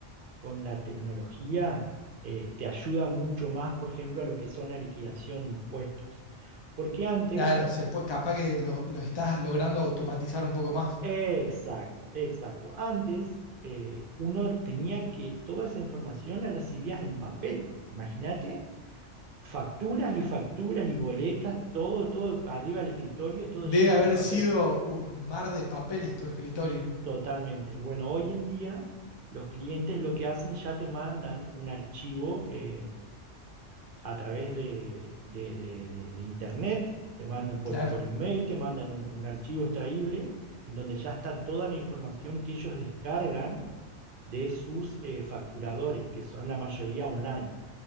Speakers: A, on the right; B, on the left.
A: con la tecnología, eh, te ayuda mucho más, por ejemplo, a lo que son la liquidación de impuestos. Porque antes,
B: Claro, se puede, capaz que lo, lo estás logrando automatizar un poco más.
A: exacto, exacto, antes eh, uno tenía que, toda esa información la recibías en papel, imagínate. facturas y facturas y boletas, todo, todo arriba del escritorio, todo
B: Debe
A: lleno
B: haber
A: de papel,
B: sido un mar de papeles tu escritorio.
A: totalmente. Bueno, hoy en día los clientes lo que hacen ya te mandan un archivo eh, a través de, de- de- de- de internet, te mandan por,
B: Claro,
A: por email, te mandan un, un archivo extraíble en donde ya está toda la información que ellos descargan de sus eh, facturadores, que son la mayoría online.